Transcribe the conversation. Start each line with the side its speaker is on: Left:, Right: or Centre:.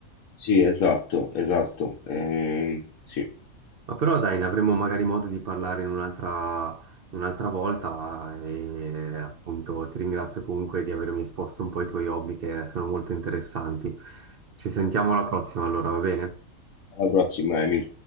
Left: Sì, esatto, esatto. Ehm, sì.
Right: Ma però dai, ne avremo magari modo di parlare in un'altra un'altra volta e appunto ti ringrazio comunque di avermi esposto un po' i tuoi hobby che sono molto interessanti. Ci sentiamo alla prossima allora, va bene?
Left: Alla prossima Emil.